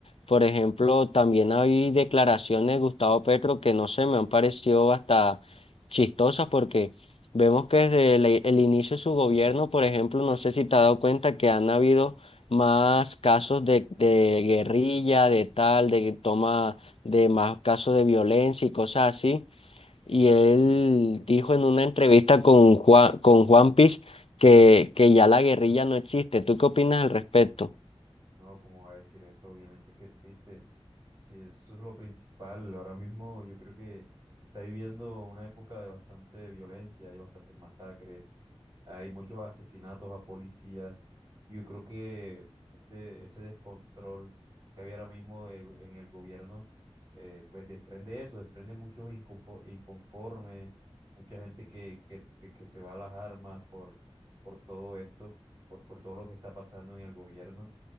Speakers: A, on the left; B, on the right.
A: Por ejemplo, también hay declaraciones de Gustavo Petro que no sé, me han parecido hasta chistosas porque vemos que desde el el inicio de su gobierno, por ejemplo, no sé si te has dado cuenta que han habido más casos de, de guerrilla, de tal, de toma, de más casos de violencia y cosas así. Y él dijo en una entrevista con Juan, con Juan Piz que, que ya la guerrilla no existe. ¿Tú qué opinas al respecto?
B: No, ¿cómo va a decir eso? Obviamente que existe. Si eso es lo principal, ahora mismo yo creo que se está viviendo una época de bastante violencia, hay bastantes masacres, hay muchos asesinatos a policías. Yo creo que este, ese descontrol que había ahora mismo de- en el gobierno, eh, pues desprende eso, desprende muchos inconfo- inconformes, mucha gente que, que, que se va a las armas por, por todo esto, por, por todo lo que está pasando en el gobierno.